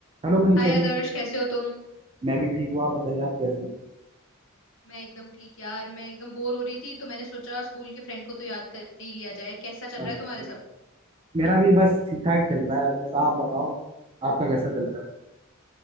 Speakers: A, on the right; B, on the left.
A: Hello Manisha
B: हाय आदर्श
A: ji
B: कैसे हो तुम
A: मैं भी ठीक हूँ आप बताइए आप कैसी हैं
B: मैं एकदम ठीक यार मैं एकदम बोर हो रही थी तो मैंने सोचा स्कूल के फ्रेंड को तो याद कर ही लिया जाए कैसा चल
A: अच्छा
B: रहा है तुम्हारे सब
A: मेरा भी बस ठीक ठाक चल रहा है बस आप बताओ आपका कैसा चल रहा है